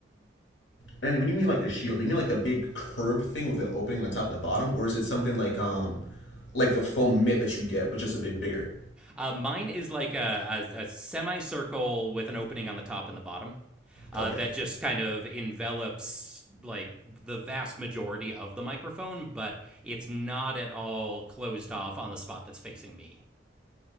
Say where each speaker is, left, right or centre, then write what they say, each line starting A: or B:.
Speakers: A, on the left; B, in the centre.
A: And when you mean like the shield, do you mean like the big curved thing with the opening on the top of the bottom, or is it something like um, like the foam mitt that you get, but just a bit bigger?
B: Uh, mine is like a, a, a semicircle with an opening on the top and the bottom uh,
A: Okay.
B: that just kind of envelops like the vast majority of the microphone, but it's not at all closed off on the spot that's facing me.